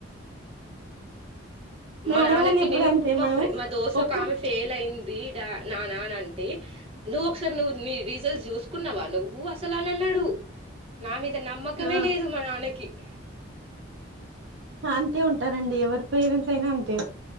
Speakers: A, on the right (about 60°); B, on the right (about 30°).
A: నాన్న
B: మా నాన్నకి
A: వాళ్ళు ఎప్పుడు
B: నేను
A: అంతే
B: మా
A: మనం
B: ఫ్రెం మా దోస్త్ ఒక
A: ఒక్క
B: ఆమె ఫెయిల్ అయింది ఈ డా నానా నాంటి నువ్వు ఒకసారి మీ రీజల్ట్స్ చూసుకున్నావా నువ్వు అస సలాలన్నాడు నా మీద అసలు నమ్మకమే
A: ఆ
B: లేదు మా నాన్నకి హ
A: అంతే ఉంటారండి ఎవరి పేరెంట్స్ అయినా అంతే